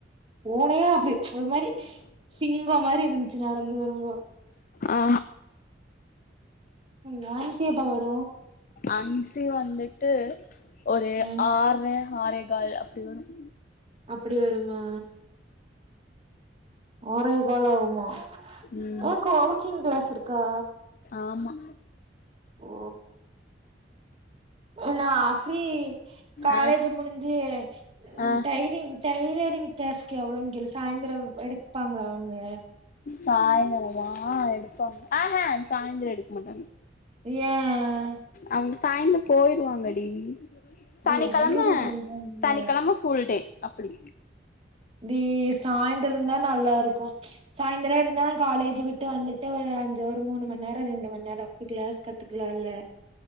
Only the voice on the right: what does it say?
பூனயே அப்டி ஒருமாரி சிங்கம் மாரி இருந்துச்சு நடந்து வரும்போ
உங்க ஆன்சி எப்ப வரும்
ம்
அப்டி வருமா ஆரேகால் ஆவுமா
ஏ கா வெளச்சிங் கிளாஸ் இருக்கா
ஓ என்ன ஆஃப்ரி காலேஜ்
முடிஞ்சி ம்
டயிரிங் டயிர் டயலரிங் கிளாஸ்க்கு எவ்ளோனுக்கேளு சாய்ந்திரம் எடுப்பாங்களா அவுங்க
ஏன்
இது
ஏன்டி இப்டி பண்றாங்க
தி சாய்ந்தரந்தான் நல்லா இருக்கும் சாய்ந்தரம் இருந்தா நான் காலேஜி விட்டு வந்துட்டு ஒரு அஞ்சு ஒரு மூணு மணி நேரம் ரெண்டு மணி நேரம் போய் கிளாஸ் கத்துக்கலா இல்ல